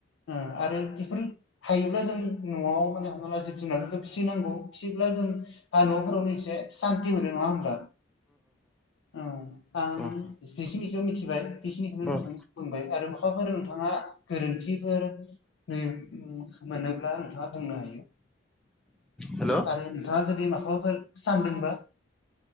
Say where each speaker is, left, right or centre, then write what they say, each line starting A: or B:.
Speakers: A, on the left; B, in the centre.
A: ओ आरो बेफोर हायोब्ला जों न'आव माने हमनाला जिब जुनारफोरखौ फिनांगौ फियोब्ला जों बा न'फोरावनो एसे सान्ति मोनो नङा होमबा औ आं
B: ओम
A: जिखिनिखौ मिथिबाय बेखिनिखौनो नोंथांनिसिम
B: ओम
A: बुंबाय आरो माबाफोर नोंथाङा गोरोन्थिफोर नै मोनोब्ला नोंथाङा बुंनो हायो।
B: हेल'
A: आरो नोंथाङा जुदि माखौबाफोर सानदोंबा